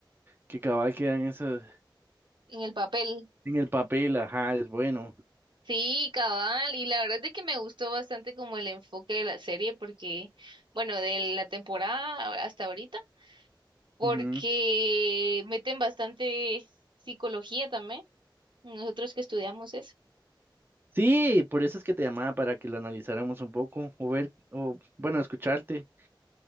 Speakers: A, on the right (about 25°); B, on the right (about 70°).
A: que cabal queda en eso,
B: en el papel.
A: en el papel, ajá, es bueno.
B: Sí, cabal. Y la verdad es de que me gustó bastante como el enfoque de la serie porque, bueno, de la temporada hasta ahorita, porque
A: Ujú.
B: meten bastante psicología también. Nosotros que estudiamos eso.
A: Sí, por eso es que te llamaba para que lo analizáramos un poco, o ver, o bueno, escucharte,